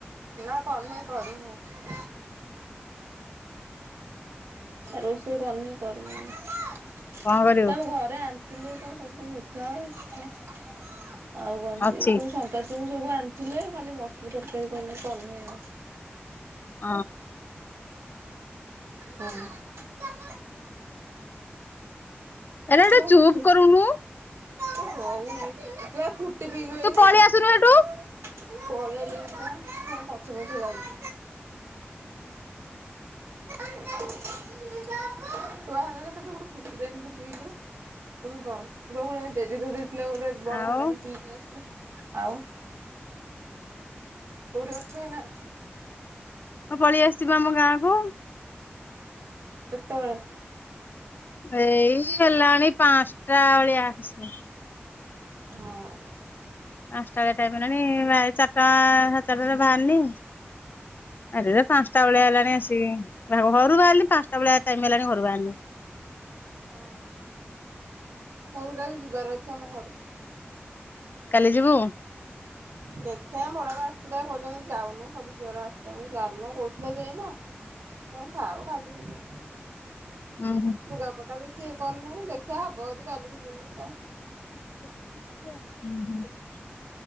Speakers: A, on the right (about 80°); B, on the left (about 50°).
A: ନା କରିନେଇ କରିମି ଆଉ ରୋଷେଇ କରିନେଇଁ କରିମି ଏବେ ତ
B: କଣ କରିବୁ
A: ଆମ ଘରେ ଆ ଥିଲେ ତ ସବୁ ମିଠା ପିଠା ଆଉ କହନ୍ତି
B: ଅଛି
A: ସବୁ ସ ବୁ ସବୁ ଆଣିଥିଲେ ଖାଲି ମଟର ତରକାରୀ କରିବି କରିନି ଆଉ
B: ଅଁ
A: ହୁଁ।
B: ଏଟା
A: ତୁ
B: ଟିକେ ଚୁପ୍
A: ଫୁଟ
B: କରୁନୁ
A: ହଉନି ସେଥିପାଇଁ ଫୁଟ ଫୁଟି ପିଇବୁ ଏଇନା
B: ତୁ ପଳେଇ ଆସୁନୁ ହେଠୁ
A: ପଳେଇ ଆଇଲେଣିପା ତମ ପଛେ ପଛେ ଯାଇ କୁଆ ହେଲା ନା ତତେ ଗୋଟେ ଫୁଟିଦେନି ତୁ ପିଇଲୁ। ପୁଣି କଣ <unintelligible> ଜେଜେ ଦେଇଥିଲେ ଗୋଟେ ବଡ
B: ଆଉ
A: ଥଣ୍ଡା ଟେ ପିଇକି ଆସିଲୁ। ଆଉ କଉଠି ଅଛୁ ଏଇନା।
B: ହଁ ପଳିଆସିଚିପା ଆମ ଗାଁ କୁ।
A: କେତଳେ?
B: ଏଇ ହେଲାଣି ପାଞ୍ଚଟା ଭଳିଆ ଆସିବେ।
A: ହଁ।
B: ପାଞ୍ଚଟା ଭଳିଆ ଟାଇମ ହେଲାଣି ଚାରଟା ସାଡେ ଚାରଟାରେ ବାହାରିନି। ଆରେ ପାଞ୍ଚଟା ବେଳିଆ ହେଲାଣି ଆସିଛି ହଁ ଘରୁ ବାହାରିଲି ପାଞ୍ଚଟା ବେଳିଆ ଟାଇମ ହେଲାଣି ଘରୁ ବାହାରିନି।
A: ଅହୋ ହୋଉ କାଲି ଯିବାର ଅଛି ଆମ ଘରୁ
B: କାଲି ଯିବୁ।
A: ଦେଖିଆ ମୋ ବଡାପା ଆସିଥିଲେ କହୁଛନ୍ତି ଯାଉନୁ ସବୁ ଝିଅ ଗୁଡା ଆସୁଚନ୍ତି ଚାଲୁନୁ କହୁଥିଲା ଯେ ଏଇନା।
B: <inaudible>
A: ହଁ ଥାଉ କାଲିକି ଯିବୁ ହଁ।
B: ଓ ହୋ।
A: ଲୁଗାପଟା ବି କିଏ କଣ ନାହିଁ ଦେଖିଆ ହବ ଯଦି କାଲିକି ଯିମି ତା
B: ଉଁହୁଁ।